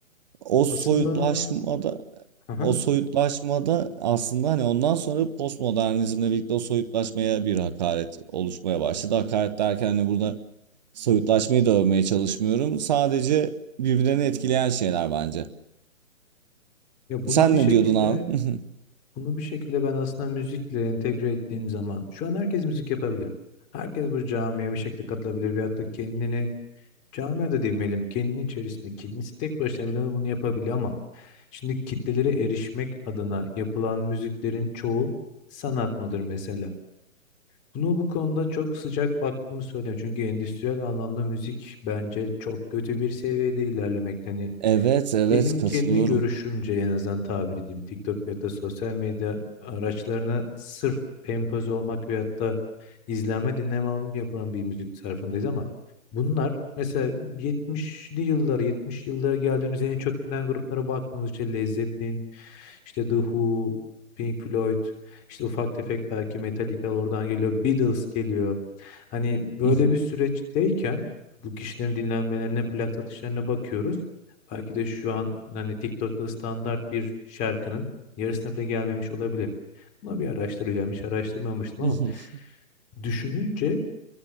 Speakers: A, on the right; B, on the left.
A: O soyutlaşmada
B: Aslında Hı hı.
A: o soyutlaşmada aslında hani ondan sonra postmodernizmle birlikte o soyutlaşmaya bir hakaret oluşmaya başladı. Hakaret derken hani burada soyutlaşmayı da övmeye çalışmıyorum. Sadece birbirini etkileyen şeyler bence.
B: ya bunu
A: Sen
B: bir şekilde
A: ne diyordun abi? <laughs>
B: Bunu bir şekilde ben aslında müzikle entegre ettiğim zaman şu an herkes müzik yapabilir. Herkes bu camiye bir şekilde katılabilir veyahut da kendini camiye de demeyelim kendini içerisinde kendisi tek başına bile bunu yapabiliyor ama şimdi kitlelere erişmek adına yapılan müziklerin çoğu sanat mıdır mesela? Bunu bu konuda çok sıcak baktığımı söyleyeyim. Çünkü endüstriyel anlamda müzik bence çok kötü bir seviyede ilerlemekte. Hani
A: Evet, evet
B: benim
A: katılıyorum.
B: kendi görüşümce en azından tabir edeyim. TikTok veyahut da sosyal medya araçlarına sırf empoze olmak veyahut da izlenme dinleme alımı yapılan bir müzik sarfındayız ama bunlar mesela 70'li yıllara 70 yıllara geldiğimiz en çok bilinen gruplara baktığımız işte Led Zeppelin, işte The Who, Pink Floyd, işte ufak tefek belki Metallica oradan geliyor, Beatles geliyor. Hani böyle
A: <laughs>
B: bir süreçteyken bu kişilerin dinlenmelerine, plak satışlarına bakıyoruz. Belki de şu an hani TikTok'ta standart bir şarkının yarısına bile gelmemiş olabilir. Buna bir araştıracağım. Hiç araştırmamıştım
A: <laughs>
B: ama düşününce